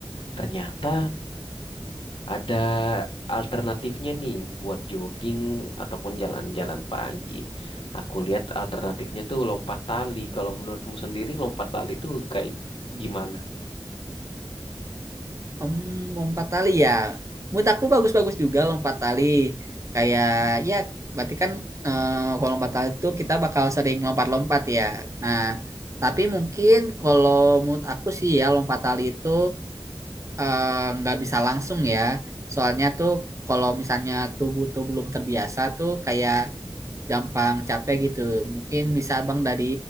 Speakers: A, on the left (about 75°); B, on the right (about 35°).
A: ternyata ada alternatifnya nih buat jogging ataupun jalan-jalan pagi. Aku lihat alternatifnya tuh lompat tali. Kalau menurutmu sendiri lompat tali tuh kayak gimana?
B: Em, lompat tali ya. Menurut aku bagus-bagus juga lompat tali. Kayak ya berarti kan eh, kalau lompat tali itu kita bakal sering lompat-lompat ya. Nah, tapi mungkin kalau menurut aku sih ya lompat tali itu eh, nggak bisa langsung ya. Soalnya tuh kalau misalnya tubuh tuh belum terbiasa tuh kayak gampang capek gitu. Mungkin bisa abang dari